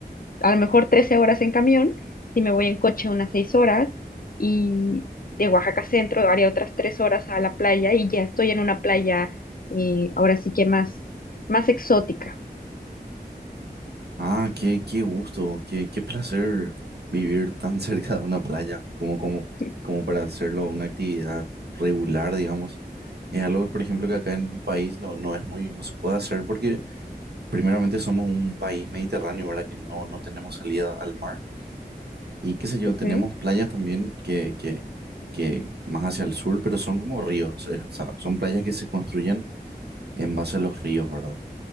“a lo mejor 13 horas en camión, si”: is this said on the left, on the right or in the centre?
Left